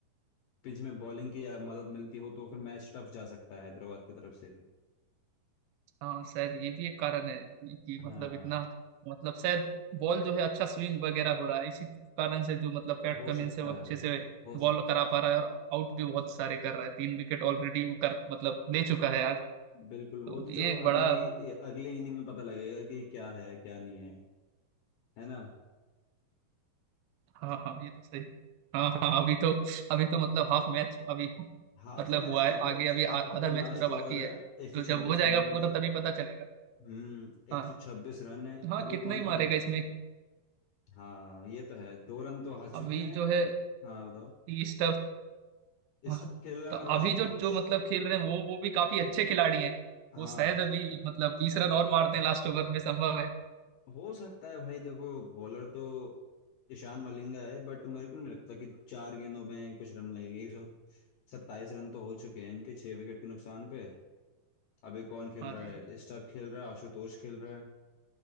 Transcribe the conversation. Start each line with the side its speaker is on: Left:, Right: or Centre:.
Left: पिच में बॉलिंग की या मदद मिलती हो तो फिर मैच टफ जा सकता है हैदराबाद की तरफ से भी
Right: हाँ शायद ये भी एक कारण है कि मतलब
Left: हाँ
Right: इतना मतलब शायद बॉल जो है अच्छा स्विंग वगैरह हो रहा है इसी कारण से जो मतलब पैट
Left: हो
Right: कमिंस
Left: सकता
Right: है वो अच्छे
Left: है
Right: से
Left: हो, हो सकता
Right: बॉल करा
Left: है
Right: पा रहा है और आउट भी बहुत सारे कर रहा है तीन विकेट ऑलरेडी वो कर मतलब ले चुका है आज
Left: बिल्कुल
Right: तो
Left: वो तो
Right: ये
Left: चलो
Right: एक बड़ा
Left: अगली
Right: मतलब
Left: ये अगले इनिंग में पता लगेगा कि क्या है क्या नहीं है है ना
Right: हाँ हाँ ये तो सही हाँ हाँ अभी तो अभी तो मतलब हाफ मैच अभी
Left: हाफ
Right: मतलब
Left: मैच
Right: हुआ है
Left: तो हो
Right: आगे अभी
Left: चुका
Right: आ-
Left: समझ
Right: आधा
Left: लो
Right: मैच
Left: लास्ट
Right: पूरा
Left: ओवर
Right: बाकी है
Left: है एक सौ
Right: तो जब
Left: छब्बीस
Right: हो जाएगा
Left: रन है इनके
Right: पूरा तभी पता चलेगा
Left: हम्म
Right: हाँ
Left: एक सौ छब्बीस रन है
Right: हाँ
Left: अभी
Right: कितना
Left: कौन
Right: ही मारेगा
Left: खेल रहा
Right: इसमें
Left: है हाँ ये तो है दो रन तो हार चुके
Right: अभी
Left: हैं
Right: जो है
Left: हाँ बताओ
Right: तीस हाँ,
Left: स्टम्पिस
Right: हाँ। तो
Left: और
Right: अभी
Left: आशुतोष
Right: जो जो मतलब खेल रहे हैं वो वो भी काफी अच्छे खिलाड़ी हैं
Left: हाँ
Right: वो शायद अभी मतलब बीस रन और मारते हैं लास्ट ओवर में संभव है
Left: हो सकता है भाई देखो बॉलर तो ईशान मलिंगा है बट मेरे को नहीं लगता कि चार गेंदों में कुछ रन लगेंगे एक सौ सत्ताईस रन तो हो चुके हैं इनके छह विकेट के नुकसान पे अभी कौन खेल
Right: हाँ
Left: रहा
Right: जी
Left: है स्टम्प खेल रहा है आशुतोष खेल रहा है